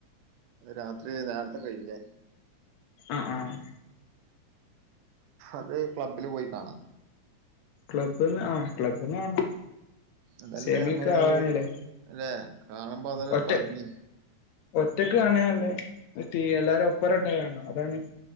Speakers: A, on the right; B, on the left.
A: രാത്രി നേരത്തെ കഴിയുല്ലേ
B: ആഹ് ആഹ്
A: അത് ക്ലബ്ബില് പോയി കാണാം
B: ക്ലബ്ബ്ന്ന് ആഹ് ക്ലബ്ബ്ന്ന് കാണണം
A: അതല്ലേ
B: സെമിയൊക്കെ
A: നമ്മളെ
B: ആകാനായില്ലേ
A: ഒരു അല്ലേ കാണുമ്പോ അതല്ലേ ഒരു
B: ഒറ്റ
A: ഭംഗി
B: ഒറ്റക്ക് കാണണേ നല്ല എല്ലാരും ഒപ്പറട്ട കാണണം അതാണ്